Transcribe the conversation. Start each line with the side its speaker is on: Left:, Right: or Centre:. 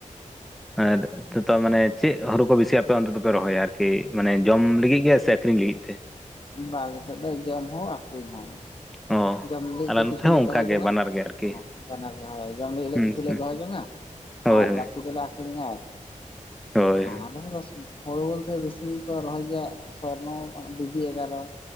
Centre: ᱟᱨ ᱱᱤᱛᱚᱜ ᱫᱚ ᱢᱟᱱᱮ ᱪᱮᱫ ᱦᱩᱨᱩ ᱠᱚ ᱵᱤᱥᱤ ᱟᱯᱮ ᱚᱱᱛᱮ ᱫᱚᱯᱮ ᱨᱚᱦᱚᱭᱟ ᱟᱨᱠᱤ᱾ ᱢᱟᱱᱮ ᱡᱚᱢ ᱞᱟᱹᱜᱤᱫ ᱜᱮ ᱥᱮ ᱟᱠᱷᱨᱤᱧ ᱞᱟᱹᱜᱤᱫ ᱛᱮ?
Left: ᱵᱟᱝ ᱟᱞᱮ ᱥᱮᱫ ᱫᱚ ᱡᱚᱢ ᱦᱚᱸ ᱟᱠᱷᱨᱤᱧ ᱦᱚᱸ
Centre: ᱚ
Left: ᱡᱚᱢ ᱞᱟᱹᱜᱤᱫ
Centre: ᱟᱞᱮ
Left: ᱠᱚ
Centre: ᱱᱚᱛᱮ
Left: ᱠᱤᱪᱷᱩᱞᱮ
Centre: ᱦᱚᱸ ᱚᱱᱠᱟ
Left: ᱫᱚᱦᱚ
Centre: ᱜᱮ
Left: ᱡᱚᱝᱼᱟ᱾
Centre: ᱵᱟᱱᱟᱨ ᱜᱮ ᱟᱨᱠᱤ
Left: ᱵᱟᱱᱟᱨ ᱜᱮ ᱦᱳᱭ ᱡᱚᱢ ᱞᱟᱹᱜᱤᱫ ᱞᱮ
Centre: ᱦᱩᱸ
Left: ᱠᱤᱪᱷᱩ ᱞᱮ ᱫᱚᱦᱚ ᱡᱚᱝᱼᱟ
Centre: ᱦᱳᱭ
Left: ᱟᱨ
Centre: ᱦᱳᱭ
Left: ᱵᱟᱠᱤ ᱫᱚᱞᱮᱼᱼ ᱟᱠᱷᱨᱤᱧᱟ
Centre: ᱦᱳᱭ
Left: ᱟᱞᱮᱦᱚᱸ ᱫᱚᱥ ᱦᱳᱲᱩ ᱵᱚᱞᱛᱮ ᱵᱮᱥᱤᱼᱼ ᱠᱚ ᱨᱚᱦᱚᱭ ᱜᱮᱭᱟ ᱥᱚᱨᱱᱚ ᱵᱤ ᱵᱤ ᱮᱜᱟᱨᱚ